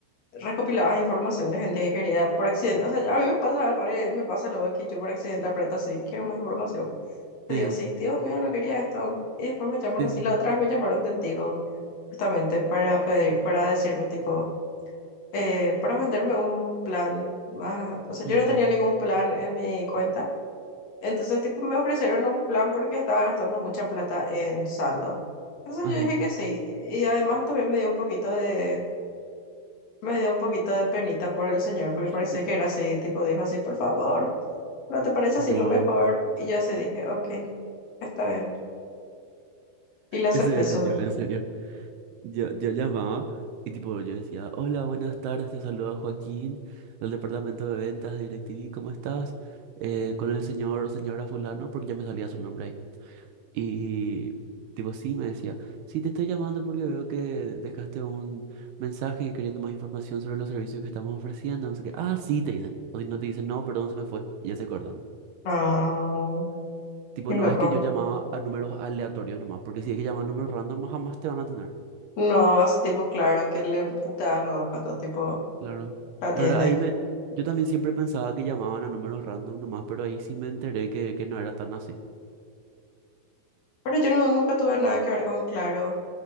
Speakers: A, on the left; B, on the right.
A: recopilabas información de gente que quería por accidente, o sea, a mí me pasa re, me pasa luego que yo por accidente aprieto así, quiero más información, te
B: Sí,
A: digo, sí, Dios mío, no quería esto, y después me llaman
B: sí,
A: así,
B: sí. sí.
A: la otra vez me llamaron de Tigo, justamente para pedir, para decirme tipo, eh, para venderme un plan más, o sea, yo
B: Ujú.
A: no tenía ningún plan en mi cuenta, Entonces, tipo, me ofrecieron un plan porque estaba gastando mucha plata en saldo. Entonces
B: Ajá.
A: yo dije que sí. Y además también me dio un poquito de, me dio un poquito de penita por el señor, porque
B: <laughs>
A: parecía que era así, tipo, dijo así, por favor, ¿no te parece
B: Yo,
A: así lo mejor? Y yo así dije, ok, está bien. Y le acepté
B: ese era
A: su.
B: yo, en serio. Yo, yo llamaba y tipo yo decía, hola, buenas tardes, te saluda Joaquín del departamento de ventas de DirecTV, ¿cómo estás? Eh, con el señor o señora fulano, porque ya me salía su nombre ahí. Y tipo sí, me decía, sí, te estoy llamando porque veo que dejaste un mensaje y queriendo más información sobre los servicios que estamos ofreciendo, no sé qué. Ah, sí, te dicen. O si no te dicen, no, perdón, se me fue. Y ya te cortan.
A: Ah,
B: Tipo,
A: qué loco.
B: no es que yo llamaba a números aleatorios nomás, porque si es que llaman a números random, jamás te van a atender.
A: No, hace tipo claro que le puteas luego cuando tipo
B: Claro.
A: atiende.
B: La verdad, ahí me... Yo también siempre pensaba que llamaban a números random nomás, pero ahí sí me enteré que, que no era tan así.
A: Pero yo no- nunca tuve nada que ver con Claro